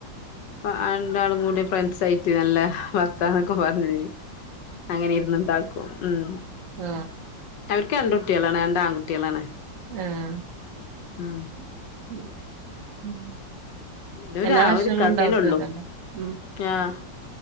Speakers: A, on the left (about 75°); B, on the right (about 50°).
A: രണ്ടാളും കൂടെ ഫ്രണ്ട്സായിട്ട് നല്ല വർത്താനൊക്കെ പറഞ് അങ്ങനെ ഇര്ന്ന്ണ്ടാക്കും ഉം
B: ആ
A: അവർക്ക് രണ്ട് കുട്ട്യാളാണ് രണ്ട് ആൺകുട്ട്യാളാണ്
B: ആഹ്
A: അഹ്
B: <inaudible>
A: ഇതൊരാ
B: എല്ലാ
A: ആ
B: ഭക്ഷണങ്ങളും
A: ഒരുക്കാക്കന്നെ
B: ഇണ്ടാക്കുവല്ലോല്ലേ
A: ഉള്ളു
B: ഉം
A: ആഹ്